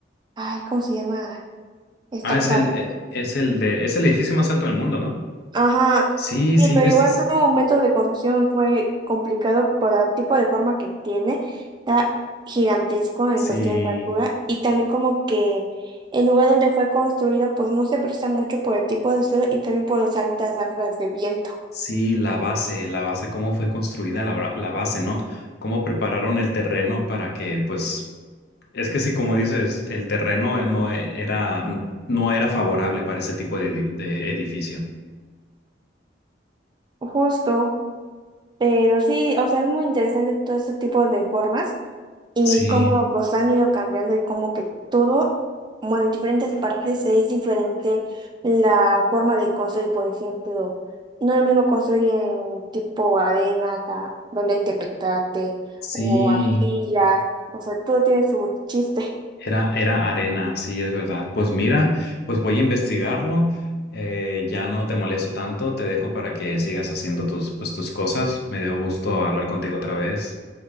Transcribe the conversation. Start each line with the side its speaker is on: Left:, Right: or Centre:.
Right: Ay, ¿cómo se llama esta
Left: Ah, es
Right: parte?
Left: el, e- es el de, es el edificio más alto del mundo, ¿no?
Right: Ajá,
Left: Sí,
Right: sí,
Left: sí,
Right: pero
Left: inves-
Right: igual su método de construcción fue complicado por el tipo de forma que tiene, está gigantesco en
Left: sí,
Right: cuestión de altura y también como que el lugar donde fue construido pues no se presta mucho por el tipo de suelo y también por las altas ráfagas de viento.
Left: sí, la base, la base, cómo fue construida la, bra- la base, ¿no? Cómo prepararon el terreno para que, pues, es que sí, como dices, el terreno eh, no e- era, no era favorable para ese tipo de, edi- de edificio.
Right: Justo, pero sí, o sea, es muy interesante todo este tipo de formas. y
Left: Sí,
Right: cómo pues han ido cambiando y como que todo, bueno, en diferentes partes es diferente la forma de construir, por ejemplo, no es lo mismo construir en tipo arenas, a- donde hay tepetate
Left: sí.
Right: o arcillas, o sea, todo tiene su chiste. <laughs>
Left: Era, era arena, sí, es verdad. Pues mira, pues voy a investigarlo. Eh, ya no te molesto tanto, te dejo para que sigas haciendo tus, pues, tus cosas. Me dio gusto hablar contigo otra vez.